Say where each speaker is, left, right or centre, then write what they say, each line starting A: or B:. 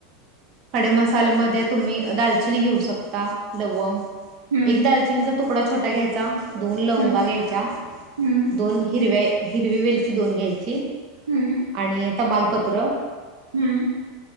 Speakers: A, on the right; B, on the right.
A: खडे मसाले मध्ये तुम्ही दालचिनी घेऊ शकता लवंग
B: हम्म
A: एक दालचिनीचा तूकडा तुकडा छोटा घ्यायचा. दोन लवंगा
B: हम्म
A: घ्यायच्या
B: हम्म
A: दोन हिरव्य हिरवी वेलची दोन घ्यायची
B: हम्म
A: आणि तमालपत्र
B: हम्म